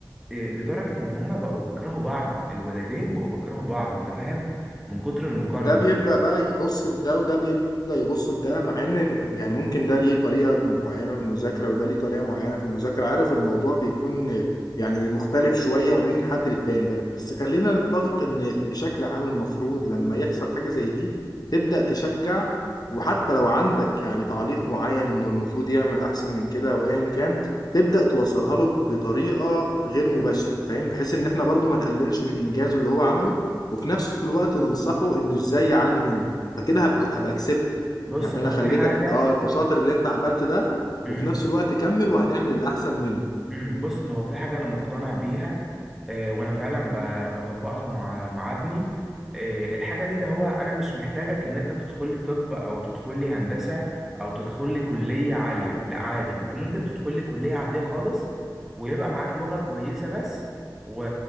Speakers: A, in the centre; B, on the left (about 55°).
A: إيه، لدرجة ان هما بقوا بيكرهوا بعض الولدين بقوا بيكرهوا بعض انت فاهم من كتر المقارنة
B: ده بيبدأ بقى يبص لده وده بيبدأ يبص لده مع ان يعني ممكن ده ليه طريقة معينة في المذاكرة وده ليه طريقة معينة في المذاكرة عارف الموضوع بيكون يعني مختلف شوية ما بين الحد للتاني بس خلينا نتفق ان بشكل عام المفروض لما يحصل حاجة زي دي تبدأ تشجع وحتى لو عندك يعني تعليق معين انه المفروض يعمل احسن من كده او ايا كان تبدأ توصلها له بطريقة غير مباشرة فاهم بحيث ان احنا برضو ما نقللش من انجازه اللي هو عمله وفي نفس الوقت ننصحه انه ازاي يعلي منه فكده هبك- هبقى اكسبت
A: بص
B: يعني
A: هو
B: انا خليتك
A: في حاجة
B: اه انت شاطر اللي انت عملت ده
A: مم،
B: وفي نفس الوقت كمل وهنعمل الاحسن منه
A: امم بص هو في حاجة أنا مقتنع بيها آه وأنا فعلا ب- بطبقها مع مع ابني آه الحاجة دي اللي هو أنا مش محتاجك إن أنت تدخل لي طب أو تدخل لي هندسة أو تدخل لي كلية عالية لا عادي أنت ممكن تدخل لي كلية عادية خالص ويبقى معاك لغة كويسة بس و...